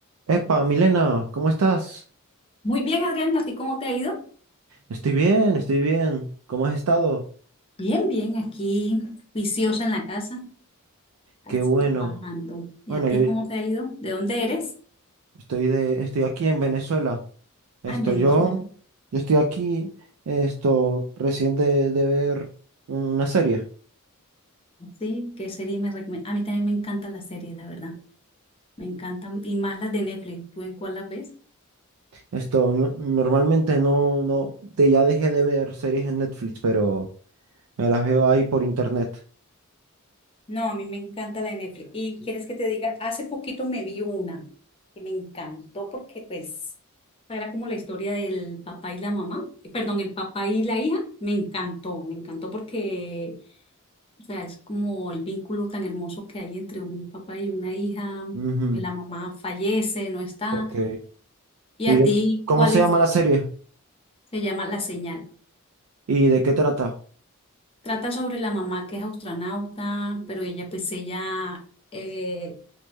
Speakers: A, on the right (about 80°); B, on the left (about 25°).
A: Epa, Milena, ¿cómo estás?
B: Muy bien, Adriana, ¿a ti cómo te ha ido?
A: Estoy bien, estoy bien. ¿Cómo has estado?
B: Bien, bien, aquí juiciosa en la casa, así,
A: Qué bueno.
B: trabajando. ¿Y
A: Bueno,
B: a ti
A: yo
B: cómo te ha ido? ¿De dónde eres?
A: estoy de, estoy aquí en Venezuela. Estoy
B: Ah, en Venezuela.
A: yo, yo estoy aquí, esto, recién de, de ver una serie.
B: Sí, ¿qué serie me recomiendas? A mí también me encantan las series, la verdad. Me encantan, y más las de Netflix. ¿Tú en cuál las ves?
A: Esto, no- normalmente no, no, de- ya dejé de ver series en Netflix, pero me las veo ahí por internet.
B: No, a mí me encanta la de Netflix. Y quieres que te diga, hace poquito me vi una que me encantó porque pues era como la historia del papá y la mamá, eh, perdón, el papá y la hija. Me encantó, me encantó porque O sea, es como el vínculo tan hermoso que hay entre un papá y una hija.
A: Ujú,
B: La mamá fallece, no está.
A: Ok.
B: ¿Y
A: ¿Y
B: a
A: de
B: ti
A: cómo
B: cuál
A: se
B: es?
A: llama la serie?
B: Se llama La Señal.
A: ¿Y de qué trata?
B: Trata sobre la mamá que es astronauta, pero ella pues ella eh,